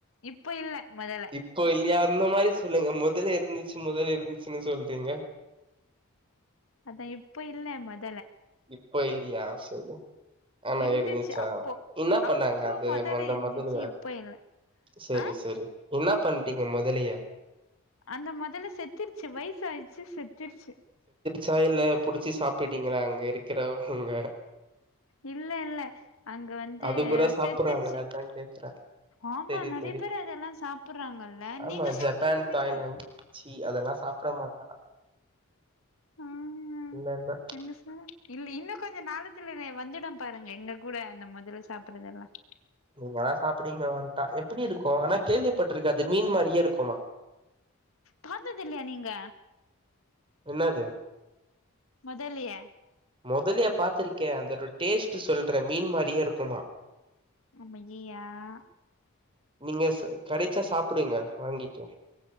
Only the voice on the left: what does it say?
இப்ப இல்ல மொதல்ல
அதா இப்போ இல்ல மத
இருந்துச்சு
அப்போ
அப்போ
மொதல்ல
இருந்துச்சு
இப்ப இல்ல
ஆ
அந்த முதல்ல செத்திருச்சு வயச ஆயிடுச்சு செத் திருச்சி
இல்ல இல்ல அங்க வந்து
செத்திருச்சு
ஆமா
நிறைய
பேரு அதெல்லா சாப்படுறாங்கல்ல
நீங்க சாப்பிட்டு
இருக்கறீங்க
ஆஹ்
எங்க சார் இல்ல இன்னும் கொஞ்சம் நாளத்துல வந்துடும் பாருங்க எங்க கூட அந்த முதல சாப்பறதுல்லாம்
பார்த்ததுல்லையா நீங்க
மொதலைய
அப்படியம்